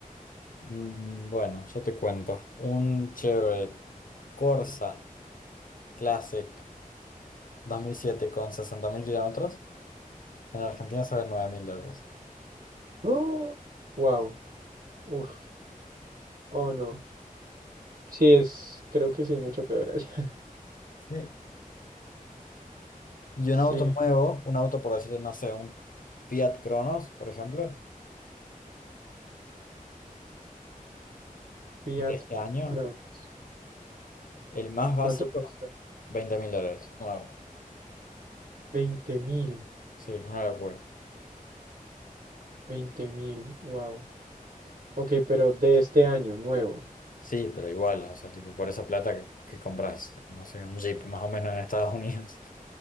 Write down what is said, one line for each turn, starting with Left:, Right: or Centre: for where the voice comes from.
Left: Mm, bueno, yo te cuento. Un Chevrolet Corsa Classic 2007 con sesenta mil kilómetros, en Argentina sale nueve mil dólares.
Right: ¡Oh! Wow. Uf. Oh, no. Sí, es. Creo que sí es mucho peor allá. <laughs>
Left: Sí. Y un auto
Right: Sí.
Left: nuevo, un auto por decirlo, no sé, un Fiat Cronos, por ejemplo,
Right: Fiat
Left: de este año,
Right: Cronos.
Left: el más básico,
Right: ¿Cuánto cuesta?
Left: veinte mil dólares, nuevo.
Right: veinte mil.
Left: Sí, es una locura.
Right: veinte mil. Wow. Ok, pero de este año, nuevo.
Left: Sí, pero igual, o sea, tipo, por esa plata que, que compras, no sé, un Jeep más o menos en Estados Unidos.